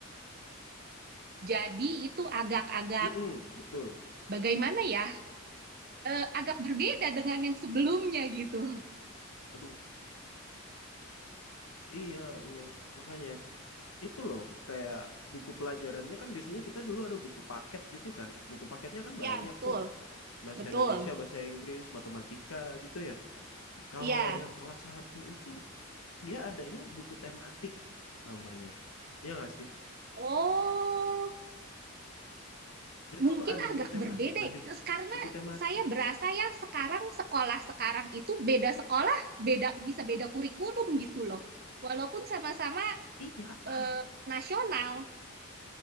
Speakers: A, on the right; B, on the left.
A: Jadi itu agak-agak
B: Mm betul.
A: bagaimana ya? eh, agak berbeda dengan yang sebelumnya gitu.
B: Aduh, iya, iya. Makanya. itu loh kayak buku pelajarannya kan biasanya kita dulu ada buku paket gitu kan buku paketnya kan
A: Ya,
B: banyak
A: betul.
B: tuh bahasa
A: Betul.
B: Indonesia bahasa Inggris matematika gitu ya kalau
A: Iya.
B: yang kelas satu itu dia adanya buku tematik namanya ya nggak sih
A: Oh,
B: dia
A: mungkin
B: tuh ada buku
A: agak berbeda
B: tematik nah di
A: Terus karena
B: buku tematik
A: saya berasa ya sekarang sekolah sekarang itu beda sekolah, beda bisa beda kurikulum gitu loh. Walaupun sama-sama
B: iya
A: eh,
B: aneh
A: nasional,